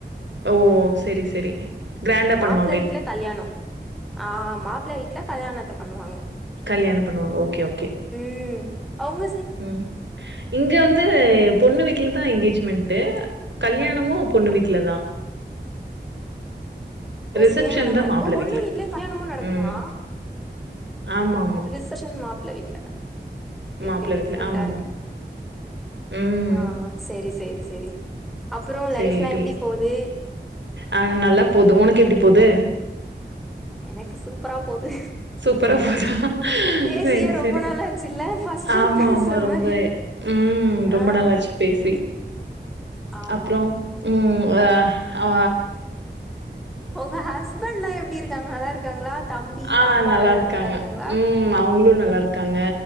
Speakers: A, on the right; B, in the centre.
A: ஓ செரி செரி கிராண்டா பண்ணுவா
B: ப்பிள்ள வீட்டுல கல்யாணோ ஆ மாப்பிள்ள வீட்டுல கல்யாணத்த பண்ணுவாங்க
A: கல்யாணம் பண்ணுவாங்க ஓகே ஓகே
B: ம் அவங்க
A: ம் இங்க வந்து பொண்ணு வீட்டுலதா எங்கேஜ்மெண்ட்டு கல்யாணமு பொண்ணு வீட்டுலதா
B: ஓ
A: ரிசப்ஷன்
B: சேம் அந்த
A: தா
B: மாரி
A: மாப்பிள்ள
B: ஓ பொண்ணு
A: வீட்ல,
B: வீட்லயே கல்யாணமு நடக்குமா
A: ம் ஆமா ஆமா
B: ரிஸப்ஷன் மாப்பள வீட்ல ஓகே
A: மாப்ள
B: ஓகே டிஃப்ரொண்ட்டா
A: வீட்ல ஆமாமா
B: இருக்கு
A: ம்
B: ஆ செரி செரி செரி அப்புறோ
A: சேரி
B: லைஃப்லா எப்படி போது
A: ஆ நல்லா போது உனக்கு எப்படி போது
B: எனக்கு சூப்பரா போது
A: சூப்பரா போதா
B: பேசியே
A: சரி
B: ரொம்ப
A: சரி
B: நாளாச்சுல்ல ஃபர்ஸ்ட் டைம்
A: ஆமா
B: பேசுற
A: ஆமா ரொம்ப
B: மாரி
A: ம் ரொம்ப
B: ஆ
A: நல்லாச்சு பேசி
B: ஆமா
A: அப்புறம் ம் ஹ ஆ
B: உங்க ஹஸ்பண்ட்லா எப்படி இருக்காங்க நல்லா இருக்காங்களா தம்பி
A: ஆ
B: பாப்பா
A: நல்லாருக்காங்க
B: எல்லாரு நல்லா இருக்காங்களா
A: ம் அவங்களு நல்லா இருக்காங்க